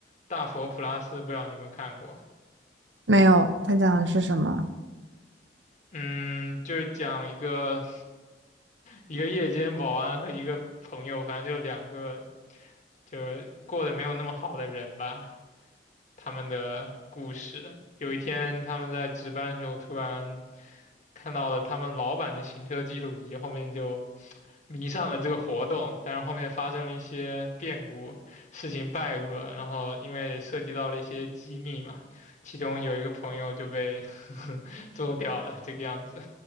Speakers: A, on the left; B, on the right.
A: 《大佛普拉斯》，不知道你有没有看过。
B: 没有，他讲的是什么？
A: 嗯，就是讲一个一个夜间保安和一个朋友，反正就两个就是过得没有那么好的人吧，他们的故事。有一天，他们在值班的时候，突然看到了他们老板的行车记录仪，后面就迷上了这个活动。但是后面发生了一些变故，事情败露了，然后因为涉及到了一些机密嘛，其中有一个朋友就被 <laughs> 做掉了，这个样子。